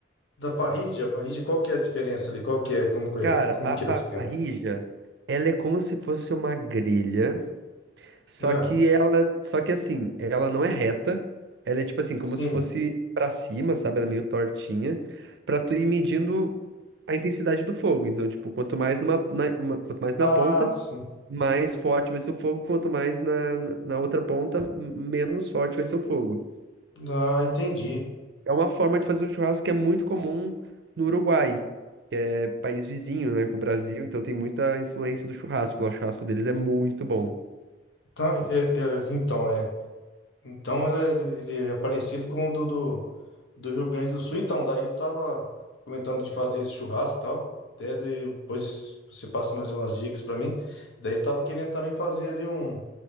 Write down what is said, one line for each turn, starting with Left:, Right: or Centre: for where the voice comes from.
Left: Da parrídia, a parrídia, qual que é a diferença ali? Qual que é? Como que é?
Right: Cara,
Left: Como
Right: a
Left: que
Right: parrilla,
Left: é o esquema?
Right: ela é como se fosse uma grelha, só
Left: Ah,
Right: que ela, só que assim, ela não é reta, ela é tipo assim, como
Left: sim.
Right: se fosse pra cima, sabe? Ela é meio tortinha, pra tu ir medindo a intensidade do fogo. Então, tipo, quanto mais numa, na- ma- quanto mais na
Left: Ah,
Right: ponta,
Left: sim.
Right: mais forte vai ser o fogo, quanto mais na, na na outra ponta, m- menos forte vai ser o fogo.
Left: Ah, entendi.
Right: é uma forma de fazer o churrasco que é muito comum no Uruguai, que é país vizinho, né, com o Brasil, então tem muita influência do churrasco lá. O churrasco deles é muito bom.
Left: Tá, é- é- então, é. Então ele, ele- ele é parecido com o do, do, do Rio Grande do Sul. Então, daí eu tava comentando de fazer esse churrasco e tal. Até depois você passa mais umas dicas pra mim. Daí eu tava querendo também fazer ali um,